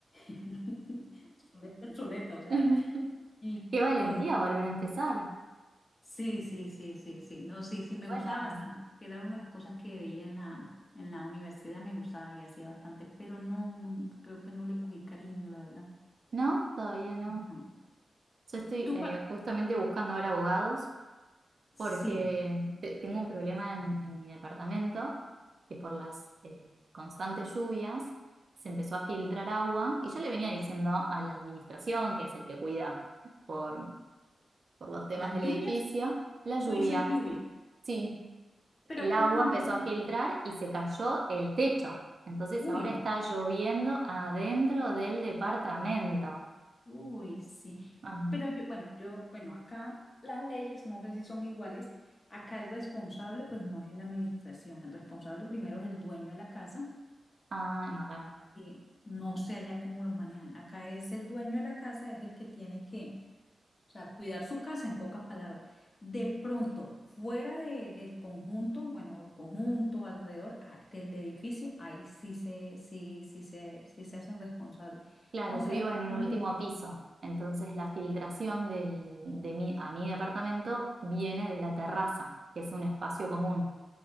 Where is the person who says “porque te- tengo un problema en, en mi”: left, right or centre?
Right